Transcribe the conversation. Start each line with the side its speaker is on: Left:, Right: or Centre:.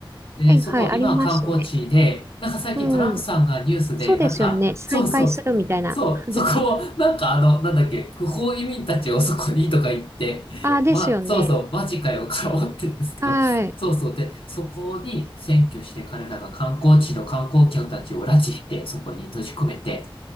Left: で、
Right: はい、
Left: そこ、
Right: はい、ありますね。
Left: 今は観光地で、なんか最近トランプさんがニュースで、
Right: うん。そうですよね。
Left: なんか、
Right: ね再開するみたいな話。
Left: そうそう、そう、そこをなんかあの、なんだっけ、不法移民たちをそこにとか言って、
Right: ああ、ねですよね。
Left: ま、そうそう、マジかよ、から思ってるんですけど、
Right: はい。
Left: そうそう、で、そこに占拠して彼らが観光地の観光客たちを拉致して、そこに閉じ込めて、